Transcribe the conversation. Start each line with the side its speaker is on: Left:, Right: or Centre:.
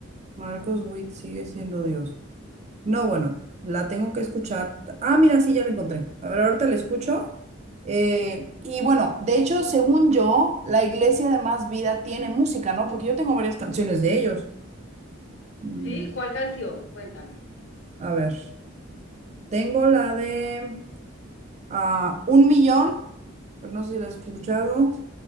Right: Marcos Witt sigue siendo Dios. No, bueno, la tengo que escuchar. Ah, mira, sí, ya la encontré. A ver, ahorita la escucho. Eh, y bueno, de hecho, según yo, la iglesia de Más Vida tiene música, ¿no? Porque yo tengo varias canciones de ellos. Mm,
Left: ¿Sí? ¿Cuál canción? Cuéntame.
Right: A ver. Tengo la de ah, un millón, pero no sé si la has escuchado.